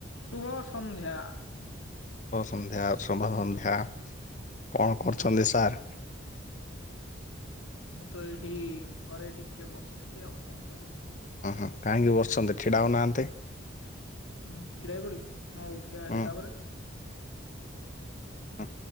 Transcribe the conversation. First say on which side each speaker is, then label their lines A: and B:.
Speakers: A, on the left; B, on the left.
A: ଶୁଭସନ୍ଧ୍ୟା।
B: ଶଭସନ୍ଧ୍ୟା ଶୋଭସନ୍ଧ୍ୟା କଣ କରୁଛନ୍ତି ସାର୍?
A: ମୁଁ ତ ଏଇଠି ଘରେ ଟିକେ ବସିଥିଲି ଆଉ କଣ କରିବି।
B: ହୁଁ ହୁଁ କାହିଁକି ବସିଛନ୍ତି ଛିଡ଼ା ହୋଉନାହାନ୍ତି।
A: ହଁ ଛିଡା ହେଇ ପଡିବି, ହଁଉ ଠିଆ ହେଲି
B: ହୁଁ
A: ତାପରେ?
B: ହ।